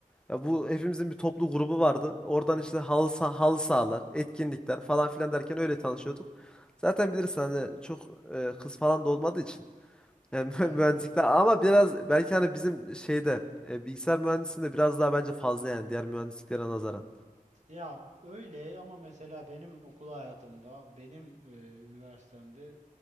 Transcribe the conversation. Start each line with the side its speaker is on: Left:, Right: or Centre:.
Centre: Ya bu hepimizin bir toplu grubu vardı. Oradan
Right: Hı
Centre: işte
Right: hı.
Centre: halı, sa- halı sahalar, etkinlikler falan filan derken öyle tanışıyorduk. Zaten bilirsin hani çok e, kız falan da olmadığı için. Yani <laughs>
Right: Evet
Centre: mühendislikte
Right: tabii
Centre: ama biraz belki hani bizim şeyde e, bilgisayar mühendisliğinde biraz daha bence fazla yani diğer mühendisliklere nazaran.
Right: Ya öyle ama mesela benim okul hayatımda, benim e, üniversitemde,